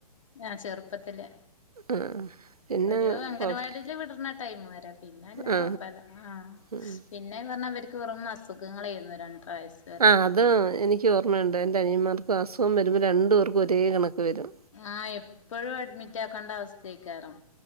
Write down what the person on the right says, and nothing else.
ആ. പിന്നെ
ഓക്കെ
ആ
ഉം.
ആഹ്. അത് എനിക്ക് ഓർമ്മയുണ്ട്. എന്റെ അനിയന്മാർക്കും അസുഖം വരുമ്പം രണ്ടു പേർക്കും ഒരേ കണക്ക് വരും.